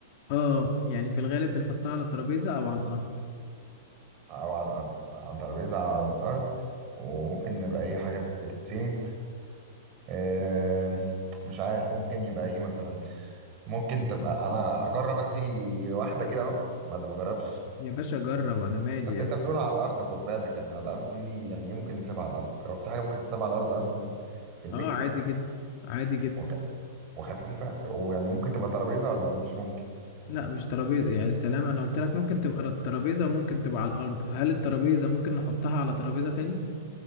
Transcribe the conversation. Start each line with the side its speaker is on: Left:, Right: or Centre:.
Left: اه يعني في الغالب بنحطها على ترابيزة او على الارض
Right: او على الارض على ترابيزة على الارض وممكن يبقى اي حاجة بتتسند آه، مش عارف ممكن يبقى ايه مثلا ممكن تبقى انا اجرب ادي واحده كده اهو ولا ما اجربش
Left: يا باشا جرب انا مالي
Right: بس انت بتقول على الارض خد بالك يعني على الارض دي يعني ايه ممكن نسيبها على الارض هو في حاجه ممكن تسيبها على الارض اصلا في البيت
Left: اه عادي جدا عادي جدا
Right: وخ... وخفيفه ويعني ممكن تبقى ترابيزه ولا مش ممكن
Left: لا مش ترابيزه يعني السلام انا قلت لك ممكن تبقى الترابيزه وممكن تبقى على الارض فهل الترابيزه ممكن نحطها على ترابيزه تاني